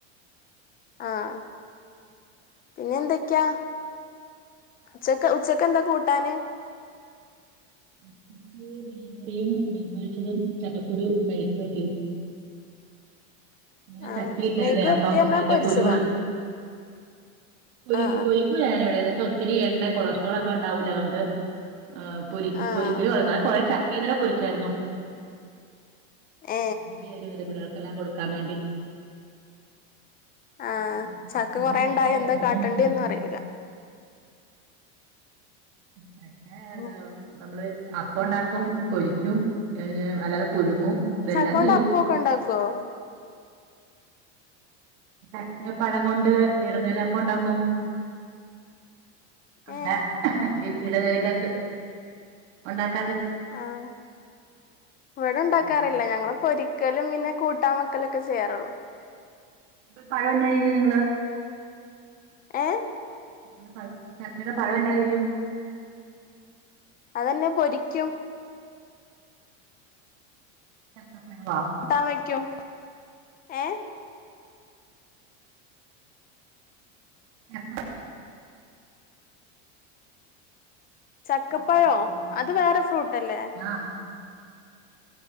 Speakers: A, on the left; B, on the right.
A: ആഹ് പിന്നെ എന്തൊക്കെയാ ഉച്ചക്ക് ഉച്ചക്ക് എന്താ കൂട്ടാന്
B: ഉച്ചക്ക്. മീൻകറിയും മീൻപൊരിച്ചതും ചക്കക്കുരു മെഴുക്കുപുരട്ടി ഇന്നലെ
A: ആ
B: ചക്ക ഇട്ടായിരുന്നേ
A: മെയ്ക്ക് വരട്ടി
B: അപ്പം
A: പറഞ്ഞാ
B: അതിന്റെ
A: പൊരിച്ചതോ
B: കുരു പൊ
A: ആ
B: പൊരിക്കൂല ഞൻ ഇവിടെന്ന് പൊരിക്ക പൊരിക്കൂല ഞാൻ ഇവിടെ എന്ന് വെച്ചാൽ ഒത്തിരി എണ്ണ കൊളസ്ട്രോൾ ഒക്കെ ഉണ്ടാവൂലെ അതുകൊണ്ട് ആഹ് പൊരി
A: ആ ആ
B: പൊരിക്കല് കുറന്നാല കൊറെ ചക്കന് ഇങ്ങനെ പൊരിച്ചായിരുന്നു
A: ഏ
B: <unintelligible> പിള്ളേർക്കെല്ലാം കൊടുക്കാൻ വേണ്ടി
A: ആ
B: <unintelligible>
A: ചക്ക കൊറേ ഉണ്ടായ എന്താ
B: തോരൻ
A: കാട്ടണ്ടേന്നും
B: വെച്ചേക്കാണോ
A: അറിയൂല
B: ചക്കെ
A: ഉം.
B: നമ്മള് അപ്പം ഉണ്ടാക്കും പൊരിക്കും അല്ലാതെ പുഴുങ്ങും ഇതെല്ലാം
A: ചക്കോണ്ട്
B: ചെയ്യും
A: അപ്പൊക്കെ ഉണ്ടാക്കോ
B: ചക്ക പഴം കൊണ്ട് ഇടനില അപ്പം ഇണ്ടാക്കും അതാ
A: ഏ
B: ഇടലി എ <unintelligible> ലക്കാത്ത് ഉണ്ടാ -
A: ആഹ് ഇവിടെ ഉണ്ടാക്കാറില്ല
B: ഉം.
A: ഞങ്ങള് പൊ- വക്കലും പിന്നെ കൂട്ടാൻ വെക്കലൊക്കെ ചെയ്യാറുള്ളൂ
B: ഇപ്പൊ പഴം എന്നായിരിക്കും നിങ്ങള്
A: ഏയ്
B: ചക്ക ചക്കയുടെ പഴം എന്നാ ചെയ്യും
A: അതെന്നെ പൊരിക്കും
B: ചക്കപ്പഴവാ
A: കൂട്ടാൻ വയ്ക്കും ഏ
B: ആഹം <unintelligible>
A: ചക്കപ്പഴോ
B: എല്ലാർക്കുംതായിരിക്കും
A: അത് വേറെ ഫ്രൂട്ടല്ലേ
B: ആഹ്